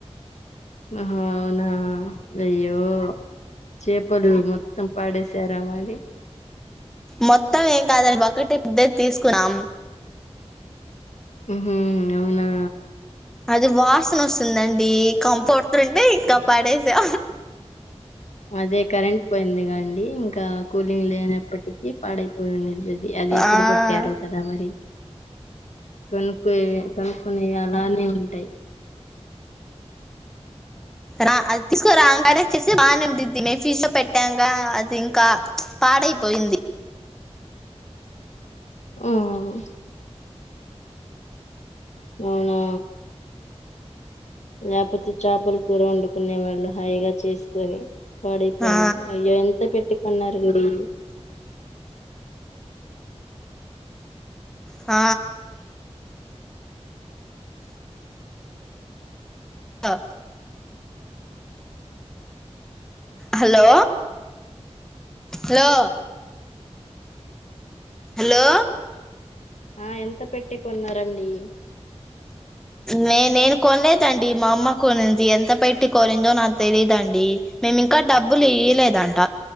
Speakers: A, on the left; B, in the centre.
A: ఆ హా అవునా అయ్యో చేపలు మొత్తం పాడే స్ శరమది
B: మొత్తం ఎం కాదాలు బాకట్ డ్ దే తీసుకున్నాం
A: హూ ఉమ్ అవునా
B: అది వాసన వస్ వస్తుందండి కంప కొడుతుంటే ఇంకా పాడేసా
A: అదే కరెంట్ పోయింది గా అండి ఇంకా కూలింగ్ లేనప్పటికీ పాడై పో నిది అది ఎప్పుడు
B: ఆ
A: పట్టారో కదా మరి కొనుకు కనుకుని అలానే ఉ టై
B: రా అది తీసుకు రాంగానే చేస్తే బాగానేంటద్ది మేము ఫీజ్ లో పెట్టాక అది ఇంకా పాడైపోయింది
A: హూ హు అవునా లేకపోతే చాపల కూర ఉండు కునే వాళ్ళు హైగా చేసుకొని పాడైపోయింది
B: ఆ
A: అయ్యో ఎంత పెట్టీకోన్నారండి
B: ఆ ఆ హలో హాలో హలో
A: ఆ ఎంత పెట్టి కొన్నారంండి
B: నే నేను కొనలేదండి మా అమ్మ కొనిది ఎంత పెట్టి కొనిందో నా తెలీదండి మేమి ఇంకా డబ్బులు ఇయలేదంట